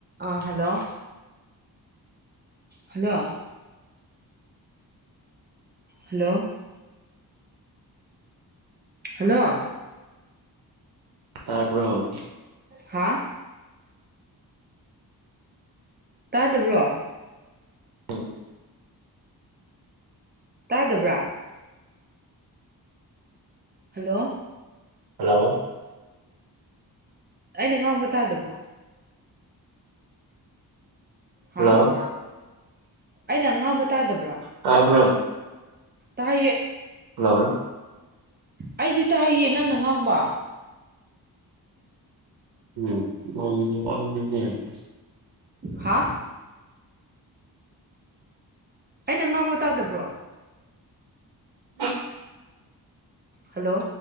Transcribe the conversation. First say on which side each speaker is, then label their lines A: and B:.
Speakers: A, on the right; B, on the right.
A: ꯑ ꯍꯜꯂꯣ ꯍꯜꯂꯣ ꯍꯜꯂꯣ ꯍꯜꯂꯣ
B: ꯇꯥꯕ꯭ꯔꯣ
A: ꯍꯥꯥ ꯇꯥꯗꯕ꯭ꯔꯣ
B: ꯎꯝ
A: ꯇꯥꯗꯕ꯭ꯔꯥ ꯍꯜꯂꯣ
B: ꯍꯂꯣ
A: ꯑꯩꯅ ꯉꯥꯡꯕ ꯇꯥꯗꯕ꯭ꯔꯥ ꯍꯥ
B: ꯍꯜꯂꯣ
A: ꯑꯩꯅ ꯑꯉꯥꯡꯕ ꯇꯥꯗꯕ꯭ꯔꯥ
B: ꯇꯥꯕ꯭ꯔꯣ
A: ꯇ
B: ꯍꯜꯂꯣ
A: ꯑꯩꯗꯤ ꯇꯥꯍꯩꯌꯦ ꯅꯪꯅ ꯉꯥꯡꯕ
B: ꯎꯝꯅꯦ
A: ꯍꯥ ꯑꯩꯅ ꯉꯥꯡꯕ ꯇꯥꯗꯕ꯭ꯔꯣ
B: ꯎ
A: ꯍꯂꯣ